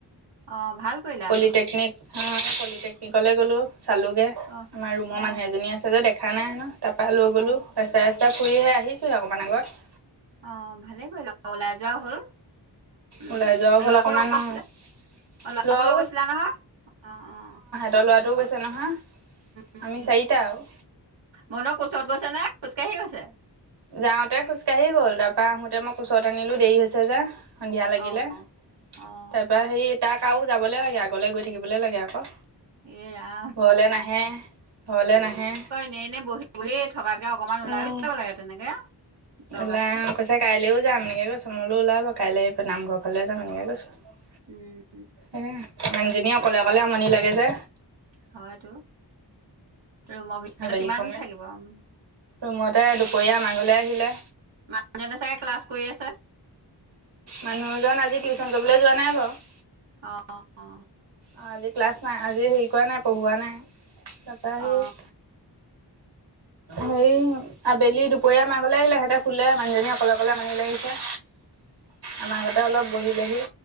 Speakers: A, on the right; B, on the right.
A: অ ভাল। কৰিলা
B: পলিটেকনিক
A: আকৌ।
B: হা পলিটেকনিকলৈ গ'লো চালোগে।
A: অ',
B: আমাৰ ৰুমৰ
A: অ',
B: মানুহ এজনী আছে। তাহত দেখা নাই হেনো তাৰপৰা লৈ গ'লো
A: অ',
B: ৰাস্তা ৰাস্তা ফুৰি আহে আহিছোহে অকমান আগত।
A: অ ভালে কৰিলা ওলাই যোৱাও হ'ল। উম
B: ওলাই যোৱাও হ'ল
A: লৰাকো
B: অকণমান
A: লগত আছিলে অলপ - লৰাকো
B: লৰাও
A: লৈ গৈছিলা নহয়? অ অ
B: তাৰ লৰাটোও গৈছে নহয়,
A: উম,
B: আমি চাৰিটা আৰু।
A: মনৰ কোচত গৈছে নে খোজকাঢ়ি গৈছে?
B: যাওঁতে খোজকাঢ়িয়ে গল, তাৰপা আহোতে মই ওচৰত আনিলো দেৰি হৈছে যে। সন্ধিয়া লাগিলে।
A: অ' অ'
B: তাৰপৰা সেই- তাক আৰু যাবলে লাগে আগলৈ গৈ থাকিবলৈ লাগে আকৌ।
A: এই ৰাম
B: ঘৰলে নাহে ঘৰলে নাহে।
A: এ এনে বহি বহি থকাতকে অকণমান ওলাইও
B: উম
A: যাব লাগে তেনেকে। দৰকাৰ
B: ওলাই
A: আছে।
B: কৈছে, কাইলৈও যাম এনেকে কৈছো মোলৈ ওলাব কাইলৈ নামঘৰ ফালেও যাম এনেকে কৈছো।
A: উম
B: উম মানুহজনী অকলে অকলে আমনি লাগে যে।
A: হয়টো, ৰুমৰ ভিতৰতে
B: আবেলি
A: কিমান
B: সময়ত
A: থাকিব উম।
B: ৰুমতে দুপৰীয়া আমাৰ ঘৰলে আহিলে।
A: মানুহজনে চাগে ক্লাছ কৰি আছে?
B: মানুহজন আজি টিউচন কৰিবলৈ যোৱা নাই বাৰু।
A: অ অ অ
B: অ আজি ক্লাছ নাই। আজি হেৰি কৰা নাই, পঢ়োৱা নাই। তাৰপা সেই-
A: অ' <inaudible>
B: হেৰি আবেলি দুপৰীয়া আমাৰ ঘৰলে আহিলে সেহঁতে শুলে মানুহজনী অকলে অকলে আমাৰ ঘৰলে আহিছে। আমাৰ ঘৰতে অলপ বহিলেহি।